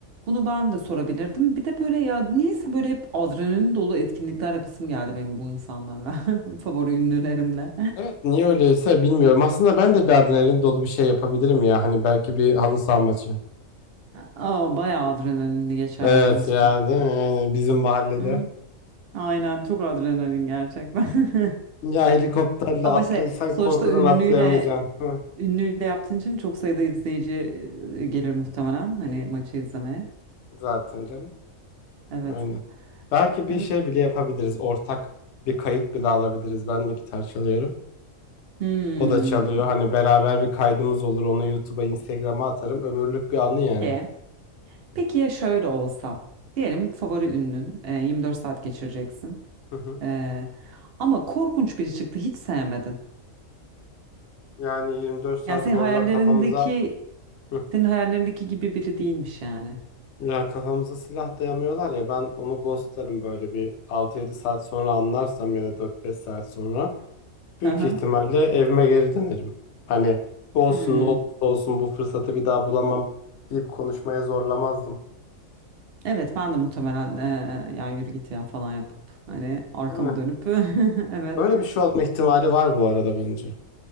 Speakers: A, on the right; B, on the left.
A: Bunu ben de sorabilirdim. Bir de böyle ya niyeyse böyle hep adrenalin dolu etkinlikler yapasım geldi benim bu insanlarla. <laughs> Favori ünlülerimle.
B: Evet niye öyleyse bilmiyorum. Aslında ben de bir adrenalin dolu bir şey yapabilirim ya. Hani belki bir halı saha maçı.
A: Aa, bayağı adrenalinli geçer
B: Evet
A: yalnız
B: ya
A: bu.
B: değil mi? Yani bizim mahallede.
A: Hı, Aynen çok adrenalin gerçekten. <laughs>
B: Ya helikopterle
A: Ama
B: atlayırsan
A: şey sonuçta
B: korkudan
A: ünlüyle
B: atlayamayacaksın. Hı,
A: ünlüyle yaptığın için çok sayıda izleyici e, gelir muhtemelen hani maçı izlemeye.
B: zaten canım.
A: Evet.
B: Aynen. Belki bir
A: Evet.
B: şey bile yapabiliriz. Ortak bir kayıt bile alabiliriz. Ben de gitar çalıyorum.
A: Hmm.
B: O da çalıyor. Hani beraber bir kaydımız olur. Onu YouTube'a, Instagram'a atarım. Ömürlük bir anı yani.
A: E, peki ya şöyle olsa diyelim favori ünlün e, 24 saat geçireceksin.
B: Hı hı.
A: E, ama korkunç biri çıktı hiç sevmedin.
B: Yani 24 saat
A: Yani senin
B: zorla
A: hayallerindeki
B: kafamıza Hı
A: senin hayallerindeki gibi biri değilmiş yani.
B: Ya kafamıza silah dayamıyorlar ya ben onu ghostlarım böyle bir altı yedi saat sonra anlarsam ya da dört beş saat sonra büyük
A: Hı hı.
B: ihtimalle evime geri dönerim. Hani olsun
A: Hmm.
B: ne olursa olsun bu fırsatı bir daha bulamam deyip konuşmaya zorlamazdım.
A: Evet ben de muhtemelen eee, ya yürü git ya falan yapıp hani arkamı
B: Değil mi?
A: dönüp <laughs> evet
B: Öyle bir şey olma ihtimali var bu arada bence.